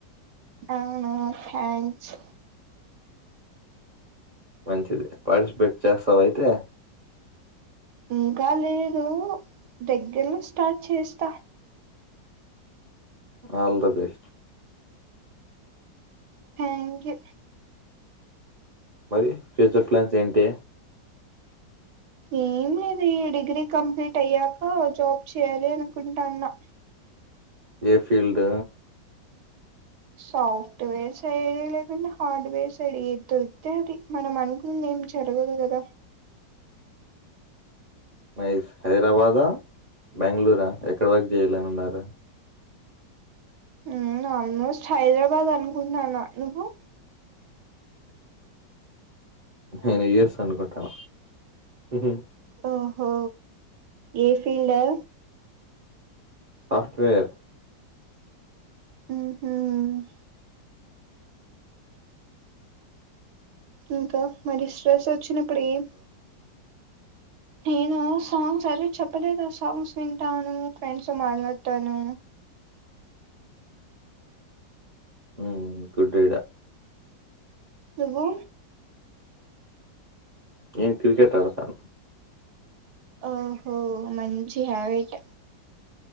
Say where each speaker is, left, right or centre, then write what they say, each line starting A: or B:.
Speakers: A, on the right; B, on the right.
A: అవునా థ్యాంక్స్
B: మంచిది పార్టిసిపేట్ చేస్తవ అయితే
A: ఇంకా లేదు దగ్గరను స్టార్ట్ చేస్త
B: ఆల్ ద బెస్ట్
A: ఏనికి
B: మరి ఫ్యూచర్ ప్లాన్స్ ఏంటి
A: ఏం లేదు ఈ డిగ్రీ కంప్లీట్ అయ్యాక జాబ్ చేయాలి అనుకుంటాన్న
B: ఏ ఫీల్డ్
A: సాఫ్ట్ వేర్స్ సైడ్ లేకుండ హార్డ్వేర్స్ సైడ్ ఏద్ దొరితే అది మనం అనుకుంది ఏం జరగదు కద
B: నైస్ హైదరాబాద బెంగళూర ఎక్కడ వరకు చేయ్యాలని ఉన్నారు
A: ఉమ్ ఆల్మోస్ట్ హైదరాబాద్ అనుకుంటాన్న నువ్వు
B: నేను యు. ఎస్ అనుకుంటాన ఉహు
A: ఓహో ఏ ఫీల్డ్ అ
B: సఫ్ట్వేర్
A: ఉ హుమ్ ఇంక మరి స్ట్రెస్ వచ్చినప్పుడు ఏం నేను సాంగ్స్ అదే చెప్పలేదు ఆ సాంగ్స్ వింటాను ఫ్రెండ్స్ మాట్లాడతాను
B: ఉమ్ గుడ్ ఐడియ
A: నువ్వు
B: నేను క్రికెట్ ఆడతాను
A: ఓహో మంచిగ హవైట్